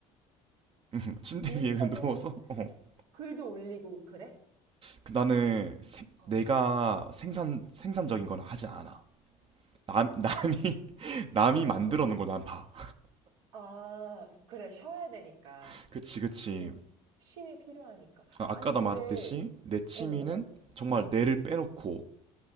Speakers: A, on the right; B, on the right.
A: <laughs> 침대
B: 인스타그램
A: 위에 그냥 누워서 <laughs>
B: 글도 올리고 그래?
A: 그 나는 생-
B: 어.
A: 내가 생산 생산적인 건 하지 않아. 남 남이 <laughs> 남이
B: 어,
A: 만들어 놓은 걸 난
B: <laughs>
A: 봐.
B: 아, 그래, 쉬어야 되니까.
A: <laughs> 그치 그치.
B: 진, 쉼이 필요하니까.
A: 아, 아까도
B: 아니, 근데,
A: 말했듯이 내 취미는
B: 어, 어,
A: 정말 뇌를 빼놓고